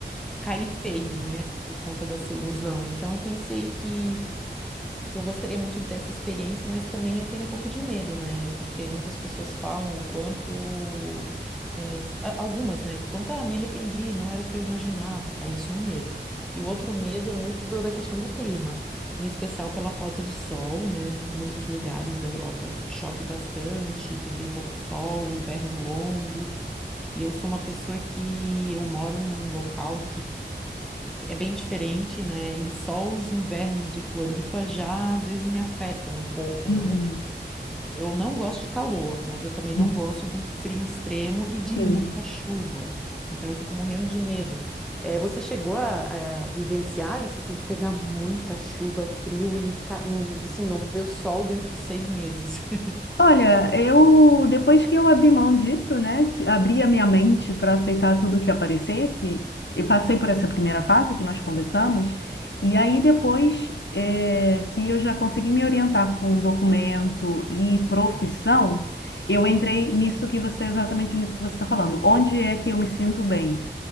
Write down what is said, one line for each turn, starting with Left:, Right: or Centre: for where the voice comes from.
Centre: cair feio, né? Por conta dessa ilusão. Então eu pensei que Eu gostaria muito de ter essa experiência, mas também eu tenho um pouco de medo, né? Porque muitas pessoas falam o quanto. é, se- a- algumas, né? Quanto, ah, me arrependi, não era o que eu imaginava. Aí isso é um medo. E o outro medo é muito do- da questão do clima, em especial pela falta de sol, né? Em muitos lugares da Europa chove bastante, tem bem pouco sol, inverno longo. E eu sou uma pessoa que eu moro num local é bem diferente, né? E só os invernos de Floripa já às vezes me afetam um pouco,
Left: Uhum,
Centre: né? Eu não gosto de calor, mas eu também
Left: uhum,
Centre: não gosto de um frio extremo e de
Left: Sim.
Centre: muita chuva. Então eu fico morrendo de medo. Eh, você chegou a, a vivenciar isso, assim, de pegar muita chuva, frio e, ca- não- assim, não ver o sol dentro de seis meses? <laughs>
Left: Olha, eu depois que eu abri mão disso, né, ti- abri a minha mente para aceitar tudo que aparecesse, eu passei por essa primeira fase que nós conversamos, e aí depois eh, que eu já consegui me orientar com documento e profissão, eu entrei nisso que você, exatamente nisso que você está falando. Onde é que eu me sinto bem?